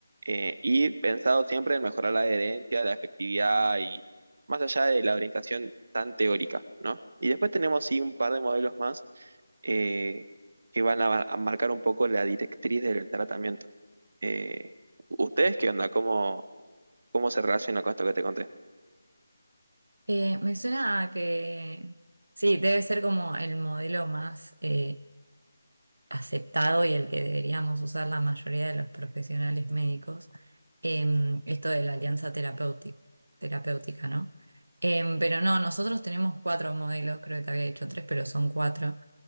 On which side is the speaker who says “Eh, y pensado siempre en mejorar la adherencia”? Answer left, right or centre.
Right